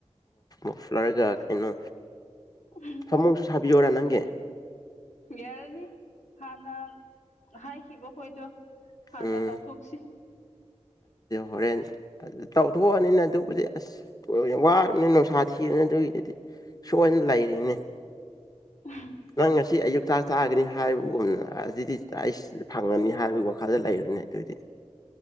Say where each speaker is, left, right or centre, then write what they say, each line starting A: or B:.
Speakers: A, on the left (about 30°); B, on the left (about 85°).
A: ꯃꯐꯂꯥꯔꯒ ꯀꯩꯅꯣ
B: ꯎꯝ
A: ꯁꯃꯣꯡꯁꯨ ꯁꯥꯕꯤ ꯌꯣꯔꯥ ꯅꯪꯒꯦ
B: ꯌꯥꯔꯅꯤ ꯍꯥꯟꯅ ꯍꯥꯏꯈꯤꯕ ꯈꯣꯏꯗꯣ ꯍꯥꯟꯅ
A: ꯎꯝ
B: ꯇꯧꯊꯣꯛꯁꯤ
A: ꯍꯣꯔꯦꯟ ꯑꯗꯨ ꯇꯧꯊꯣꯛꯑꯅꯤꯅ ꯑꯗꯨꯕꯨꯗꯤ ꯑꯁ ꯋꯥꯔꯕꯅꯤꯅ ꯅꯨꯡꯁꯥ ꯊꯤꯔꯅꯤ ꯑꯗꯨꯒꯤꯗꯨꯗꯤ ꯁꯣꯏꯅ ꯂꯩꯔꯤꯅꯦ
B: ꯎꯝ
A: ꯅꯪ ꯉꯁꯤ ꯑꯌꯨꯛꯇ ꯇꯥꯒꯅꯤ ꯍꯥꯏꯕꯒꯨꯝꯅ ꯑꯗꯨꯗꯤ ꯑꯩꯁ ꯁꯤ ꯐꯪꯉꯅꯤ ꯍꯥꯏꯕꯒꯤ ꯋꯥꯈꯜꯗ ꯂꯩꯔꯅꯦ ꯑꯗꯨꯑꯣꯏꯗꯤ